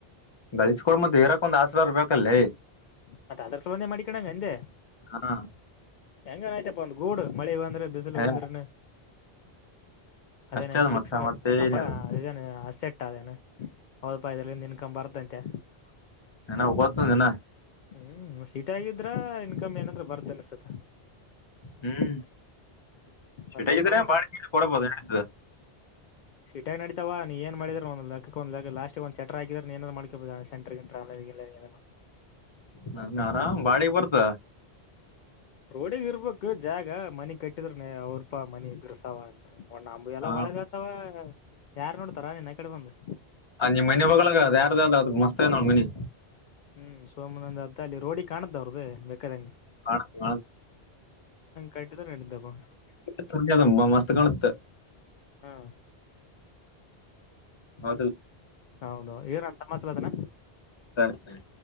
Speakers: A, on the left (about 30°); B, on the left (about 55°).
A: ಗಳಿಸಕೊ ಮತ್ತೆ ಇರಕ್ ಒಂದ ಆಸರೆರ್ ಬೇಕಲ್ಲೇ
B: ಮತ್ತೆ ಅದರ ಸಲನ್ನೇ ಮಾಡಿಕಣವ ಎಂದೆ
A: ಹಾ
B: ಹೆಂಗನಾಯ್ತಪ್ಪಾ ಒಂದ ಗೂಡು ಮಳಿ ಬಂದ್ರೆ ಬಿಸ್ ಲು
A: ಹೇ
B: ಬಂದ್ರೇನೇ ಅದೆನ
A: ಅಷ್ಟೇ ಅದ
B: ಫಿಕ್ಸು
A: ಮತ್ತ
B: ಅ
A: ಮತ್ತೆ ಏನಿಲ್ಲ
B: ಅ ಅಸೆಟ್ ಅದೇನು ಅವದಪೈದರಿಂದ ಇನ್ಕಮ್ ಬರ್ತಂತೆ
A: ಏನ ಹೋಗತ ದಿನ
B: ಹ್ಮ್ ಸೀಟ್ ಆಗಿದ್ರ ಇನ್ಕಮ್ ಏನಂದ್ರ ಬರ್ತೇದೆ ಸ
A: ಹ್ಮ್ ಸಟಾಗಿದ್ರೆ
B: ಮತ್ತೇನ್ ಸಮಾಚಾರ
A: ಬಾಳ ಕೊಡಬೋದು ನಡಿತದ
B: ಸೀಟಾಗಿ ನಡಿತಾವ ನೀ ಏನ್ ಮಾಡಿದ್ರ ಒಂದು ಲಕ್ಕಕ್ ಒಂದು ಲಾಸ್ಟ್ ಒಂದ ಸೆಟರ್ ಆಗಿದ್ರ ಎನ್ದ್ರು ಮಾಡಕಬೋದು ಸೆಂಟ್ರು ಪ್ರಾಾ <unintelligible> ಣಿಕ
A: ನನ್ ಆರಾಮ್ ಬಾಳಿಗ್ ಬರ್ತ
B: ರೋಡಿಗೆ ಇರ್ಬೇಕು ಜಾಗ ಮನಿ ಕಟ್ಟಿದ್ರ ಅವ್ರಪಾ ಮನಿ ಬಿರ್ಸಾವಂತ ಒ ನಂಬು ಎಲ್ಲ
A: ಹ
B: ಒಳಗ ಅಥವಾ ಯಾರ್ ನೋಡ್ತಾರಾ ಈ ಕಡೆ ಬಂದು
A: ಅ ನಿಮ ಮನೆ ಬಗ್ಳಾಗ ಅ ಯಾರು ಅ ಅದ ಮಸ್ತ ನೋಡ್ ಮನಿ
B: ಹ್ಮ್ ಸೋಮನ ಒಂದ್ ಅದ ಅಲ್ಲಿ ರೋಡಿಗ್ ಕಾಣದ್ದವ ಅವ್ರ್ದು ಬೇಕಾದಂಗೆ
A: ಕಾಣ್ತೆ
B: ಕಟ್ಟಿದ್ರ ನಡಿದ್ದಪ್ಪ
A: ಕಾಣುತ್ತ ತುಂಬಾ ಮಸ್ತ್ ಕಾಣುತ್ತೆ
B: ಹಾ
A: ಹೌದ
B: ಹೌದ ಏರ ತ ಮಾಸಲ ಅನ <unintelligible>
A: ಸರಿ ಸರಿ